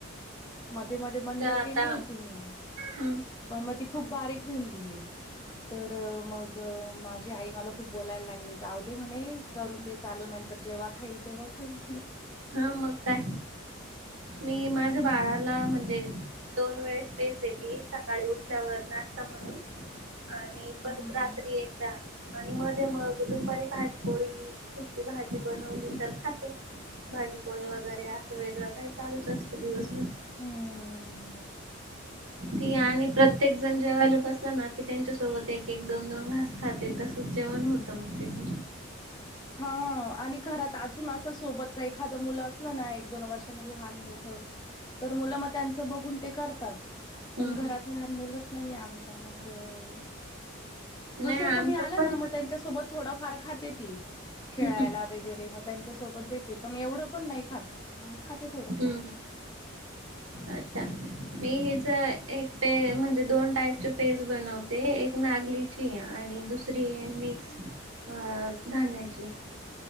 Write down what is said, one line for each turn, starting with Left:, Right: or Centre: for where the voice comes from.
Left: मध्ये मध्ये बंद
Right: आता
Left: केली होती मी
Right: हम्म
Left: पण मग ती खूप बारीक होऊन गेली. तर मग माझी आई मला खूप बोलायला लागली जाऊ दे म्हणे. करून दे चालू नंतर जेव्हा खाईल तेव्हा खाईल.
Right: हा मग काय मी माझ्या बाळाला म्हणजे दोन वेळ स्पेज देते सकाळी उठल्यावर नाश्ता म्हणून आणि परत
Left: हम्म.
Right: रात्री एकदा आणि मध्ये मग दुपारी भाजी पोळी फीकी भाजी बनवली तर खाते. भाजी, पोळी वगैरे असं वेगळं काही चालूच असतं दिवसभर.
Left: हम्म.
Right: ती आणि प्रत्येक जण जेवायला बसला ना की त्यांच्यासोबत एक एक दोन दोन घास खा ते तसंच जेवण होतं मग तस.
Left: हा आणि घरात अजून असं सोबतच एखाद मुलं असलं ना एक दोन वर्षाने लहान मोठ. मुलं मग त्यांच बघून ते करतात पण
Right: हम्म हम्म
Left: घरात. लहान मुलंच नाहीये आमच्या मग अ दुसरं
Right: नाही आमच्या
Left: कोणी आलं
Right: पण
Left: ना मग त्यांच्यासोबत थोडाफार खाते ती. खेळायला
Right: हम्म हम्म
Left: वगैरे मग त्यांच्यासोबत देते पण एवढं पण नाही खात. मग खाते थोडंफार
Right: हम्म अच्छा मी हिच एक पे म्हणजे दोन टाईपचे पेज बनवतो. ते एक नागलीची आणि दुसरी मिक्स अ धान्याची